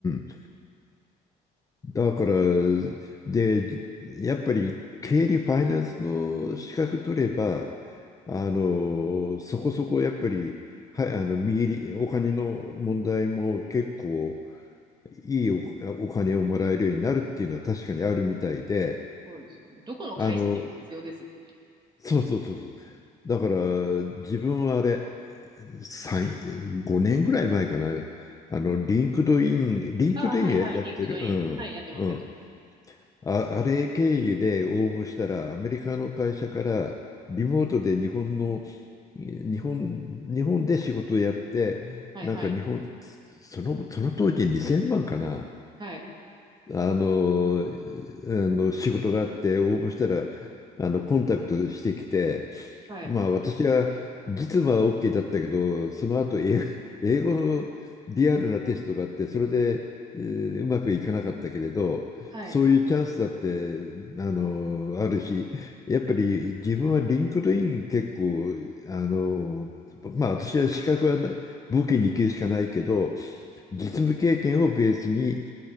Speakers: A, on the left; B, on the right.
A: ん。だから、で、やっぱり経理ファイナンスの資格取れば、あの、そこそこやっぱり、はい、あの、見入り、お金の問題も結構いいお、お金をもらえるようになるっていうのは確かにあるみたいで、
B: そうですよね。どこの会社でも必要ですもんね。
A: あの、そうそうそうそう。だから、自分はあれ、3、5年ぐらい前かな、あの、リンクドイン、リンクドインやってる、
B: あ、はいはい。リンクドイン。
A: うん、
B: はい、やってます、
A: うん。
B: やって
A: あ、あれ経由で応募したら、アメリカの会社からリモートで日本の、日本、日本で仕事をやって、
B: ます。
A: なんか日本、
B: はいはい。
A: その、その当時2000万かな、
B: はい。
A: あの、あの仕事があって応募したらあのコンタクトしてきて、
B: はい。
A: まあ私は実務は OK だったけど、その後英語、英語のリアルなテストがあって、それで、えーうまくいかなかったけれど、
B: はい。
A: そういうチャンスだってあのあるし、やっぱり自分はリンクドイン結構、あの、まあ私は資格はな武器に行きるしかないけど、実務経験をベースに